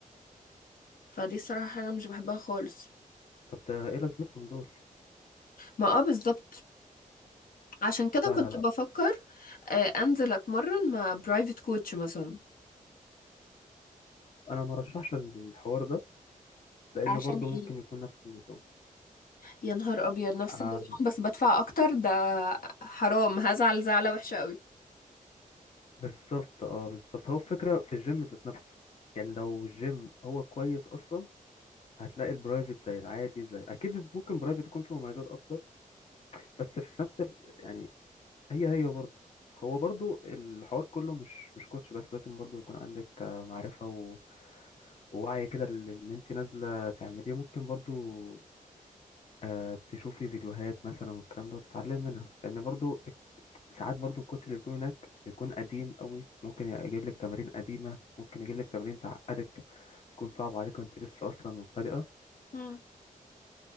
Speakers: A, on the left; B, on the left.
A: فدي الصراحة حاجة مش بحبها خالص
B: طب ده ايه لازمتهم دول
A: ما اه بالظبط عشان كده
B: لا
A: كنت
B: لا لا
A: بفكر آه، انزل اتمرن مع برايفت كوتش مثلا
B: انا ما رشحش الحوار ده لان
A: عشان
B: برضو
A: ايه
B: ممكن يكون نفس النظام
A: يا نهار ابيض نفس
B: آه
A: النظام بس بدفع اكتر ده حرام هزعل زعلة وحشة
B: بالظبط اه بالظبط هو الفكرة في الجيم ذات نفسه يعني لو الجيم هو كويس اصلا هتلاقي البرايفت زي العادي زي اكيد ممكن برايفت يكون فيه مميزات اكتر بس في نفس ال... يعني هي هي برضه هو برضه الحوار كله مش مش كوتش بس لازم برضه يكون عندك آه، معرفة و- ووعي كده لل- اللي انت نازلة تعمليه ممكن برضه آه، تشوفي فيديوهات مثلا والكلام ده وتتعلم منها لأن برضه ساعات برضه الكوتش اللي بيكون هناك بيكون قديم قوي ممكن يجيب لك تمارين قديمة ممكن يجيب لك تمارين تعقدك تكون صعبة عليك وانت لسه أصلا مبتدئة
A: قوي